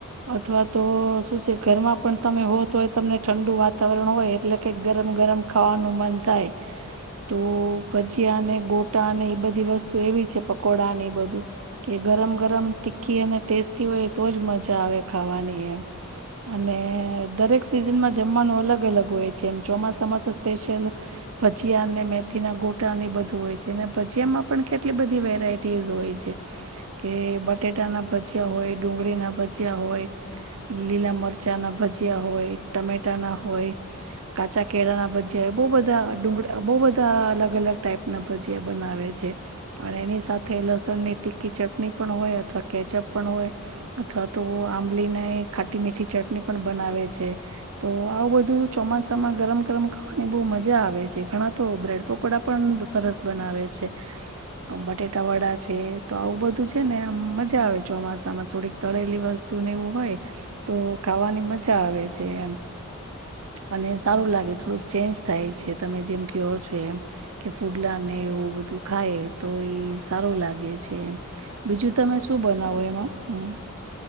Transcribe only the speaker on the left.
હમ
હા
હા